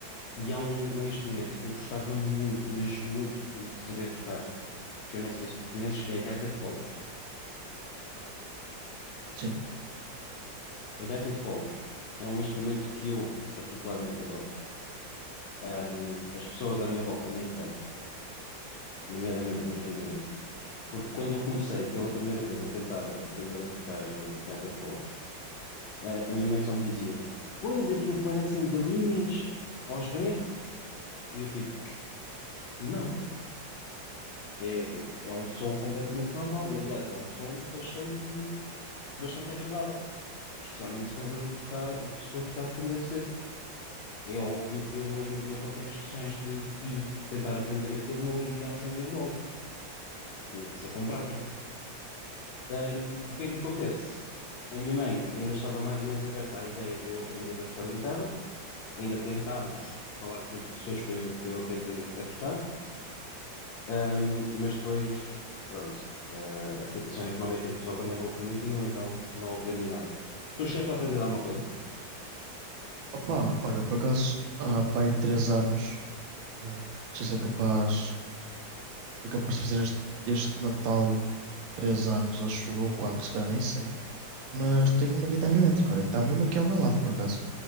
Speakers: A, on the left (about 80°); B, on the right (about 80°).
A: e há um, um instrumento que eu gostava muito, mas muito de, de saber tocar, que eu não sei se tu conheces, que é a gaita de foles.
B: Sim.
A: A gaita de foles é um instrumento que eu particularmente adoro. Hum, as pessoas à minha volta, nem tanto, nomeadamente a minha família. Porque quando eu comecei pela primeira vez a tentar aprender a tocar eh, gaita de foles, a, a minha mãe só me dizia: Pois aquilo parecem galinhas aos berros. E eu, tipo, não, é, é é um som completamente normal. E aliás, é um som bastante, bastante agradável, especialmente se for, tocar, se for tocado como deve ser. É óbvio que eu, em duas ou três sessões de, de tentar aprender aquilo, não iria aprender logo. Tinha que ser com prática. Ahm, o que é que acontece? A minha mãe ainda estava mais ou menos aberta à ideia de eu aprender a tocar guitarra, ainda tentámos falar com professores para eu, para eu aprender a tocar, Ahm, mas depois, pronto, ah, a situação económica em Portugal também não o permitiu, então não aprendi nada. Tu chegaste a aprender alguma coisa?
B: Opa, olha, por acaso, há pá, aí três anos, hum, já sei capaz, é capaz de fazer este, este Natal três anos, acho, eu, ou quatro, se calhar, nem sei. Mas
A: Uhum.
B: tenho uma guitarra elétrica, olha, está mesmo aqui ao meu lado, por acaso.